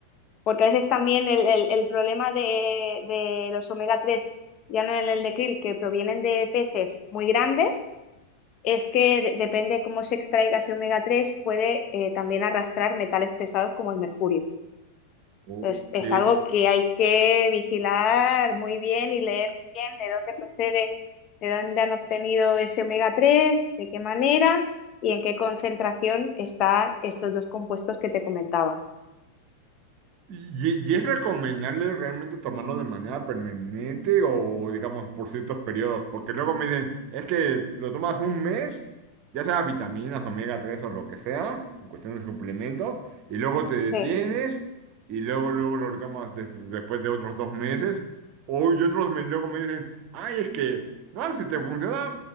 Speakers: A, on the left; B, on the right.
A: Porque a veces también el, el- el problema de, de los omega 3 ya no en el de krill, que provienen de peces muy grandes, es que de- depende cómo se extraiga ese omega 3 puede eh, también arrastrar metales pesados como el mercurio.
B: Ok,
A: Entonces, es algo que hay que vigilar muy bien y leer muy bien de dónde procede, de dónde han obtenido ese omega 3 de qué manera y en qué concentración están estos dos compuestos que te comentaba.
B: ¿Y, y es recomendable realmente tomarlo de manera permanente o, digamos, por ciertos periodos? Porque luego me dicen, es que lo tomas un mes, ya sea vitaminas, omega 3 o lo que sea, en cuestión de suplementos, y luego te detienes
A: Sí,
B: y luego, luego lo retomas des- después de otros dos meses. O y otros me, luego me dicen, ay, es que, no, si te funciona